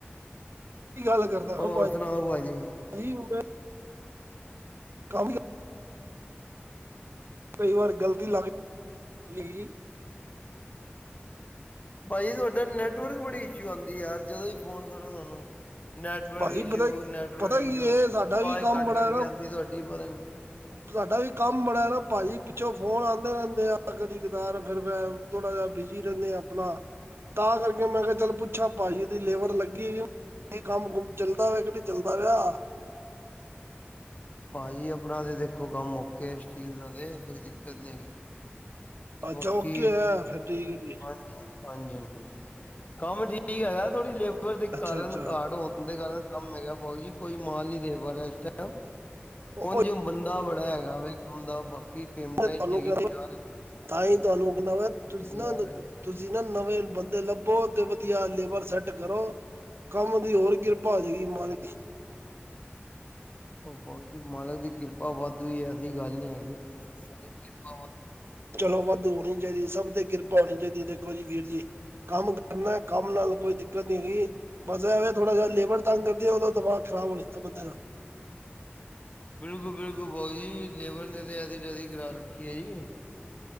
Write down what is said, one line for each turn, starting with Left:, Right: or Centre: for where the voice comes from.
Right: ਕੀ ਗੱਲ ਕਰਦਾ
Left: ਹੋਰ
Right: ਹ ਭ
Left: ਸੁਣਾਓ ਭਾਜੀ।
Right: <unintelligible> <unintelligible> ਕਈ ਵਾਰ ਗ਼ਲਤੀ ਲੱਗ, ਲੀ
Left: ਭਾਜੀ ਤੁਹਾਡਾ ਨੈਟਵਰਕ ਬੜੀ ਇਸ਼ੂ ਆਂਦੀ ਯਾਰ, ਜਦੋਂ ਵੀ ਫੋਨ ਕਰੋ ਤੁਹਾਨੂੰ। ਨੈਟਵਰਕ
Right: ਭਾਜੀ
Left: ਇਸ਼ੂ,
Right: ਪਤਾ
Left: ਨੈਟਵਰਕ
Right: ਪਤਾ ਕੀ
Left: ਇਸ਼ੂ,
Right: ਇਹ ਸਾਡਾ
Left: ਆਵਾਜ਼
Right: ਵੀ ਕੰਮ
Left: ਕੱਟ-ਕੱਟ
Right: ਬੜਾ
Left: ਕੇ
Right: ਨਾ
Left: ਆਂਦੀ ਤੁਹਾਡੀ ਪਤਾ ਨੀ।
Right: ਸਾਡਾ ਵੀ ਕੰਮ ਬੜਾ ਐ ਨਾ ਭਾਜੀ, ਪਿੱਛੋਂ ਫੋਨ ਆਂਦੇ ਰੇਂਦੇ ਆ ਕਦੀ ਕਤਾਰ ਫਿਰ ਮੈ ਥੋੜਾ ਜਿਹਾ ਬਿਜੀ ਰੇਂਦੇ ਆ ਆਪਣਾ, ਤਾਂ ਕਰਕੇ ਮੈਂ ਕਿਹਾ ਚੱਲ ਪੁੱਛਾਂ ਭਾਜੀ ਦੀ ਲੇਬਰ ਲੱਗੀ ਕੀ, ਕੰਮ-ਕੁਮ ਚੱਲਦਾ ਆ ਕਿ ਨਈ ਚੱਲਦਾ ਪਿਆ।
Left: ਭਾਜੀ ਆਪਣਾ ਤੇ ਦੇਖੋ ਕੰਮ ਓਕੇ ਸਟੀਲ ਦਾ ਤੇ ਕੋਈ ਦਿੱਕਤ ਨੀ ਹੈਗੀ।
Right: ਅੱਛਾ
Left: ਬਕੀ,
Right: ਓਕੇ
Left: ਹਾਜੀ।
Right: ਹੈ ਫਿਰ ਠੀਕ ਜੀ
Left: ਹਾਂਜੀ-ਹਾਂਜੀ, ਕੰਮ ਠੀਕ ਹੈਗਾ ਥੋੜੀ ਲੇਬਰ ਦੇ
Right: ਅੱਛਾ
Left: ਕਾਰਨ
Right: ਅੱਛਾ
Left: ਕਾਟ ਹੋ ਬੰਦੇ ਕਾਰਨ ਕੰਮ ਹੈਗਾ ਬਓ ਜੀ ਕੋਈ ਮਾਲ ਨੀ ਦੇ ਪਾ ਰਿਹਾ ਇਸ, ਟਾਈਮ
Right: ਉਹ
Left: ਉਂਝ ਬੰਦੇ ਦਾ ਬੜਾ ਹੈਗਾ ਵ ਕੰਮ ਦਾ ਬਾਕੀ ਪੇਮੈਂਟਾਂ
Right: ਤੁਹਾਨੂੰ
Left: ਈ ਨੀ ਹੈਗੀ
Right: ਕਹ,
Left: ਬਾਜ਼ਾਰ
Right: ਤਾਂ ਹੀ ਤਾਨੂੰ ਕੇਂਦਾ, ਵ ਤੁਸੀਂ
Left: ਬਾਜ਼ਾਰ
Right: ਨਾ ਤੁਸੀਂ ਨਾ ਨਵੇਂ ਬੰਦੇ ਲੱਭੋ ਤੇ ਵਧੀਆ ਲੇਬਰ ਸੈੱਟ ਕਰੋ। ਕੰਮ ਦੀ ਹੋਰ ਕਿਰਪਾ ਹੋ ਜਾਏਗੀ ਮਾਲਕ
Left: ਉਹ ਆ ਭਜੀ ਮਾਲਕ ਦੀ ਕਿਰਪਾ ਵੱਧ ਈ ਐ ਐਸੀ ਗੱਲ ਨੀ ਹੈਗੀ, ਕਿਰਪਾ ਵਾ
Right: ਚਲੋ ਵਾਧੂ ਹੋਣੀ ਚਾਈਦੀ ਸਭ ਤੇ ਕਿਰਪਾ ਹੋਣੀ ਚਾਈਦੀ ਹੈ ਦੇਖੋ ਜੀ ਵੀਰ ਜੀ। ਕੰਮ ਕਰਨਾ ਕੰਮ ਨਾਲ ਕੋਈ ਦਿੱਕਤ ਨੀ ਹੇਗੀ, ਬਸ ਐਵੇ ਥੋੜਾ ਜਿਹਾ ਲੇਵਰ ਤੰਗ ਕਰਦੇ ਉਦੋਂ ਦਿਮਾਗ ਖਰਾਬ ਹੋ ਜਾਂਦਾ ਬੰਦੇ ਦਾ।
Left: ਬਿਲਕੁਲ-ਬਿਲਕੁਲ ਬਾਓ ਜੀ ਲੇਬਰ ਨੇ ਤੇ ਅਸੀ, ਤੈਸੀ ਕਰਾ ਰੱਖੀ ਐ ਜੀ।